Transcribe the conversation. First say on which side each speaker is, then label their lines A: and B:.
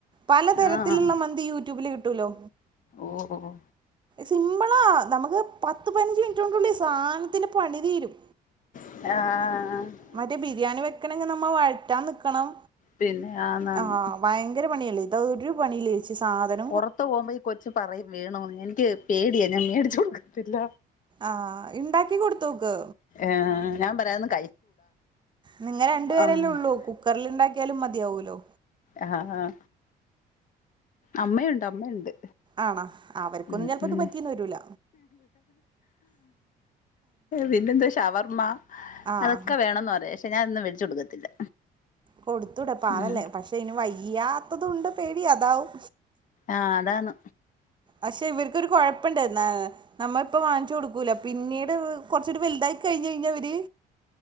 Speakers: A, on the right (about 25°); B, on the left (about 50°).
A: പലതരത്തില്ള്ള
B: ആഹ്
A: മന്തി യൂട്യൂബില് കിട്ടൂലോ.
B: ഓഹ്.
A: സിമ്പിളാ നമുക്ക് പത്ത് പതിനഞ്ച് മിനി റ്റിന്റുള്ളിൽ സാനത്തിന്റെ പണി തീരും.
B: ആഹ് ആഹ്.
A: മറ്റേ ബിരിയാണി വെക്കണെങ്കി നമ്മ വഴറ്റാൻ നിക്കണം.
B: പിന്നെ ആന്നാന്ന്
A: ആഹ്. ഭയങ്കര പണിയല്ലേ? ഇതൊരു പണിയു ഇല്ല ചേ ശ്ശെ സാധന
B: പൊറത്ത് പോമ്പോ ഈ കൊച്ചു പറയും വേണൊന്ന്. എനിക്ക് പേടിയാ ഞാൻ മേടിച്ചു കൊടുക്കത്തില്ല.
A: ആഹ് ഇണ്ടാക്കി കൊടുത്തോക്ക്.
B: ആഹ് ഞാൻ പറയാ നിക്
A: നിങ്ങ രണ്ട് പേരെല്ലേ
B: ആഹ്
A: ഉള്ളൂ കുക്കർൽ ഇണ്ടാക്കിയാലും മതിയാവൂല്ലോ.
B: ആഹ് ആഹ് അമ്മയുണ്ട് അമ്മയുണ്ട്
A: ആണോ അവർക്കൊന്നും
B: ഉം
A: ചിലപ്പോ
B: ഉം
A: ഇത് പറ്റീന്ന് വരൂല
B: പിന്നെന്ത ശവർമ്മ
A: ആഹ്
B: അതൊക്കെ വേണന്ന് പറയാ. ഞാനൊന്നും വേടിച്ച് കൊടുക്കത്തില്ല.
A: കൊടുത്തൂടെ പാവല്ലേ
B: ഉം
A: പക്ഷെ ഇന് വയ്യാത്തതുണ്ട് പേടി അതാവും.
B: ആഹ് അതാണ്
A: അക്ഷെ ഇവർക്കൊരു കൊഴ പ്പണ്ട് ന്നാ നമ്മള് ഇപ്പം വാങ്ങിച്ചു കൊടുക്കൂല പിന്നീട് കൊറച്ചൊര് വലുതായി കഴിഞ്ഞഴിഞ്ഞ അവര്